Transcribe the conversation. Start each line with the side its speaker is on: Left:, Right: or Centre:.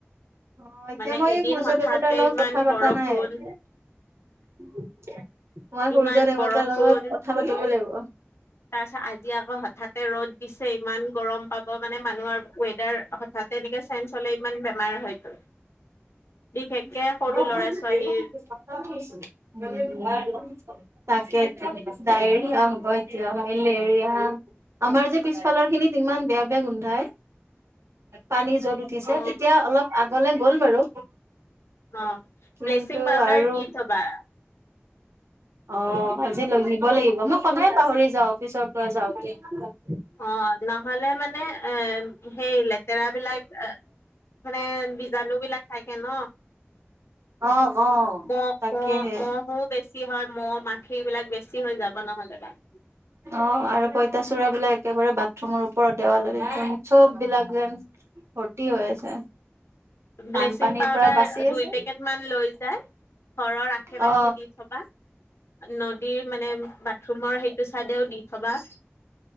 Right: অ', এতিয়া
Left: মানে
Right: মই
Left: এদিন
Right: এই সূৰ্য
Left: হঠাতে
Right: দেৱতাৰ লগত
Left: ইমান
Right: কথা
Left: বৰষুণ
Right: পতা নাই। মই সূৰ্য
Left: ইমান
Right: দেৱতাৰ
Left: বৰষুণ
Right: লগত কথা পাতিব লাগিব।
Left: তাৰ পিছত আজি আকৌ হঠাতে ৰ'দ দিছে ইমান গৰম পাব মানে মানুহৰ ৱেডাৰ হথাৎ তেনেকে চেইঞ্চ হ'লে ইমান বেমাৰ হয়তো। বিশেষকে
Right: <unintelligible>
Left: সৰু ল'ৰা ছোৱালীৰ
Right: তাকে আতি দ এিয়া <unintelligible> আম্ব আতিয় মলে এিয়া <unintelligible> আমাৰ যে পিছফালৰ খিনিত ইমান বেয়া বেয়া গোন্ধাই পানী ত উঠিছে
Left: অ
Right: এতিয়া অলপ আগলে গ'ল বাৰু।
Left: অ', ব্লিচিং
Right: কিন্তু
Left: পাউদাৰ
Right: আৰু
Left: দি থবা।
Right: অ', আজি ল নিব লাগিব মই সদায় পাহৰি যাওঁ অফিচৰ পৰা যাওঁতে।
Left: অ', নহ'লে মানে এ সেই লেতেৰা বিলাক মানে বীজাণু বিলাক থাকে ন।
Right: অ অ
Left: বা
Right: তাকেহে
Left: ব ম <unintelligible> বেছি হয় মহ মাখি এইবিলাক বেছি হৈ যাব নহ'লোদা <unintelligible>
Right: অ', আৰু পইতাচোৰা বিলাক একেবাৰে বাথৰুমৰ ওপৰত দেৱাললে যেন চব বিলাক যেন ভৰ্তি হয় আছে।
Left: ব্লেচিং
Right: বানপানীৰ
Left: পাউদাৰ
Right: পৰা বাচি আছে
Left: দুই পেকেট মান লৈ যায় ঘৰৰ আশে পাশে
Right: অ
Left: দি থবা। নদীৰ মানে বাথৰুমৰ সেইটো চাইডেও দি থবা।